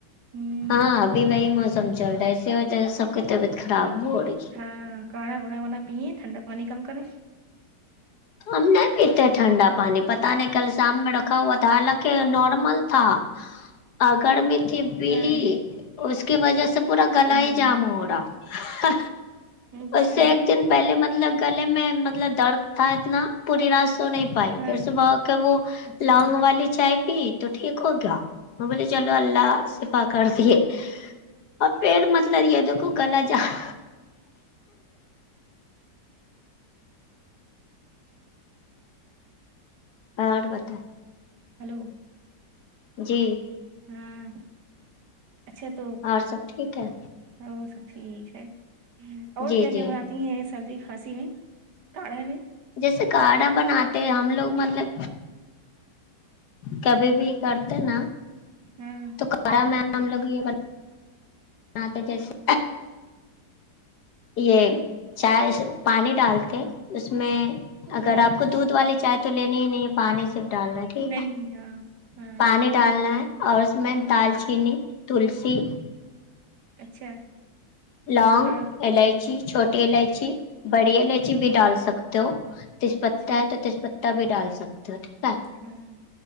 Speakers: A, on the right; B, on the left.
A: ہوں
B: ہاں ابھی وہی موسم چل رہا ہے اسی وجہ سے سب کی طبیعت خراب ہو رہی ہے
A: ہاں کاڑا بنا ونا پیے تھٹنڈا پانی کم کر رہیں
B: ہم نہیں پیتے ٹھنڈا پانی پتا نہیں کل شام میں رکھا ہوا تھا حالانکہ نارمل تھا آگرڑ میں پیلی
A: ہاں
B: اس کی وجہ سے پورا گل
A: ہوں
B: ہی جام ہو رہا
A: اچھا
B: اس سے ایک دن پہلے مطلب گلے میں مطلب درد تھا اتنا پوری رات سو نہیں بائک
A: ہاں
B: صبح کے وہ
A: اچھا
B: لانگ
A: اچھا
B: والی چائے پیٹ تو ٹھیک ہو گیا میں بولی چلو اللہ شفا کر دیے اور پھر مطلب یہ دیکھو گلا جہ ہاں اور بتائیں
A: ہلو
B: جی
A: ہاں اچھا تو
B: اور سب ٹھیک ہے
A: وہ سب ٹھیک ہے اور
B: جی
A: کیا
B: جی
A: کیا بنا ہیں سردی کھانسی میں کاڑھا میں
B: جیسے کاڑھا بناتے ہم لوگ مطلب کبھی بھی کرتے نا
A: ہاں
B: تو کرا میں ہم لوگ یہ ورک آ تو جیسے یہ چائے پانی ڈالتے اس میں اگر
A: ہاں
B: آپ کو دودھ والی چائے تو لینی ہی نہیں ہے پانی صرف ڈالنا ٹھیک
A: نہیں
B: ہے
A: ہاں ہاں
B: پانی ڈالنا ہے اور اس میں دال چینی تلسی
A: اچھا
B: لانگ
A: ہاں
B: الائچی چھوٹی الائچی بڑی الائچی بھی ڈال سکتے ہو تس پتتا
A: اچھا
B: ہے تو تس پتہ بھی ڈال سکتا تو ٹھیک ہے
A: ہاں